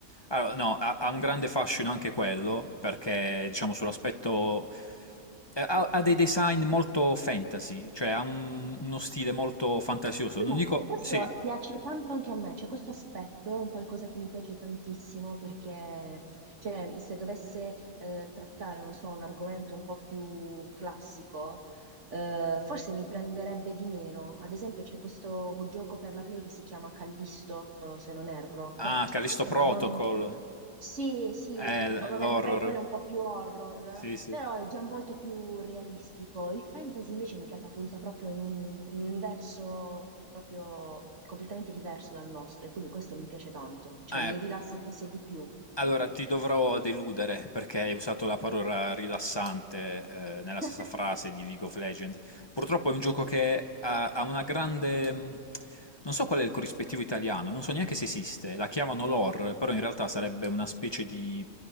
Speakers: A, on the left; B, on the right.
A: Allora, no, ha, ha un grande fascino anche quello, perché diciamo sull'aspetto... eh, Ha, ha dei design molto fantasy, cioè ha un- uno stile molto fantasioso. Non
B: No,
A: dico...
B: Questo
A: Sì.
B: piace tanto anche a me, cioè questo aspetto è un qualcosa che mi piace tantissimo perché cioè, se dovesse eh, trattare, non so, un argomento un po' più classico, eh, forse mi prenderebbe di meno. Ad esempio c'è questo gioco per la Play che si chiama Callisto, eh, se non erro,
A: Ah,
B: che
A: Callisto
B: non so,
A: Protocol.
B: non- sì, sì,
A: Eh, l-
B: fa- vabbè,
A: l'horror.
B: magari quello è un po' più horror,
A: Sì, sì.
B: però è già molto più realistico. Il fantasy invece mi catapulta proprio in un, in un universo proprio completamente diverso dal nostro e quindi questo mi piace tanto, cioè
A: Eh,
B: mi rilassa forse di più.
A: Allora, ti dovrò deludere perché hai usato la parola rilassante, eh, nella stessa
B: <laughs>
A: frase di League of Legends. Purtroppo è un gioco che ha, ha una grande... mh, Non so qual è il corrispettivo italiano, non so neanche se esiste. La chiamano lore, però in realtà sarebbe una specie di